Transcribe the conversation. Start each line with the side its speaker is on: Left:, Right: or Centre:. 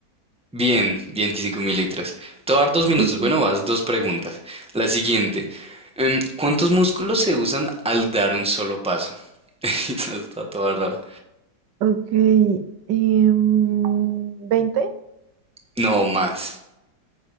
Centre: Bien, 25 mililitros litros. Te voy a dar dos minutos.
Right: Uf,
Centre: Bueno, vas dos preguntas. La siguiente. em, ¿cuántos músculos se usan al dar un solo paso? <laughs> Esa está toda rara.
Right: Ok. em, veinte,
Centre: No más.